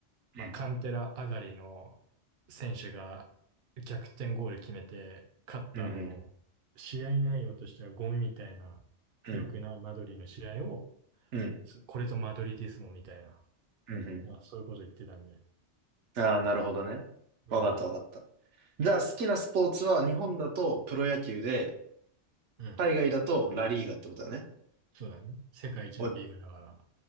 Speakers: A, on the right; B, on the right.
A: うん
B: まあ、カンテラ上がりの選手が逆転ゴール決めて、勝った、
A: うんうん
B: もう、試合内容としてはゴミみたいな、
A: うん
B: 良くないマドリーの試合を、
A: うん
B: すこれぞマドリーディスモみたいな、
A: うんうん
B: まあ、そういうこと言ってたんで、
A: ああなるほどね。
B: まあまあ、
A: わかったわかった。じゃあ好きなスポーツは日本だとプロ野球で、
B: うん、
A: 海外だとラリーガってことだね。
B: そうだね。世界一のリーグだから。
A: お、オッ